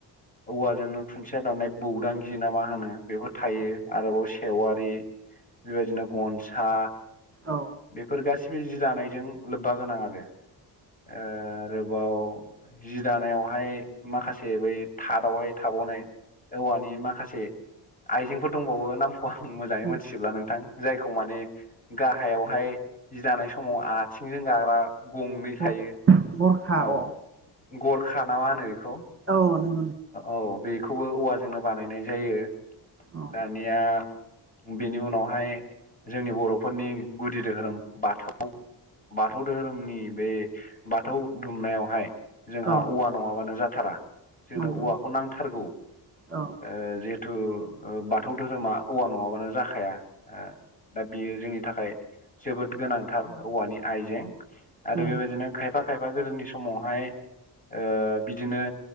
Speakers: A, on the left; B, on the right.
A: औवाजोंनो खुनथिया दाननाय बौदांगि ना मा होनो बेखौ थायो आरोबाव सेवारि बेबायदिनो गनसा
B: औ
A: बेफोर गासिबो जि दानायजों लोब्बा गोनां आरो आरोबाव जि दानायावहाय माखासे बै थादावहाय थाबावनाय औवानि माखासे आइजेंफोर दंबावो नामखौ आं मोजाङै
B: औ
A: मोनथिजोबला नोंथां जायखौ माने गाहायावहाय जि दानाय समाव आथिंजों गाग्रा गंनै
B: औ
A: थायो
B: गरखा
A: औ
B: अ
A: गरखा ना मा होनो बेखौ
B: औ नों
A: औ बेखौबो औवाजोंनो बानायनाय जायो
B: औ
A: दानिया बेनि उनावहाय जोंनि बर'फोरनि गुदि दोहोरोम बाथौ बाथौ दोहोरोमनि बे बाथौ दुमनायावहाय जोंहा
B: औ
A: औवा नङाबानो जाथारा जोंनो
B: नंगौ
A: औवाखौ नांथारगौ।
B: औ
A: ओ जिये थ' बाथौ दोहोरोमा औवा नङाबानो जाखाया ओ दा बेयो जोंनि थाखाय जोबोद गोनांथार औवानि आइजें आरो
B: औ
A: बेबायदिनो खायफा खायफा गोदोनि समावहाय ओ बिदिनो